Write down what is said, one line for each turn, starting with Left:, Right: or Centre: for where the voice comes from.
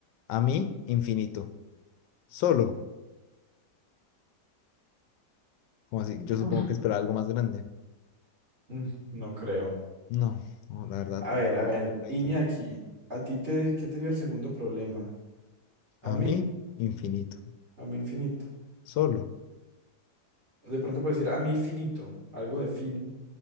Left: A mí, infinito. Solo. Como así, yo supongo
Right: Uf.
Left: que esperaba algo más grande.
Right: Mm, no creo.
Left: No, no, la verdad,
Right: A ver, a ver,
Left: no
Right: Iñaki,
Left: entiendo.
Right: ¿a ti te, qué te dio el segundo problema? A
Left: A
Right: mí,
Left: mí, infinito.
Right: a mí infinito.
Left: Solo.
Right: De pronto puedo decir a mí finito, algo de fino.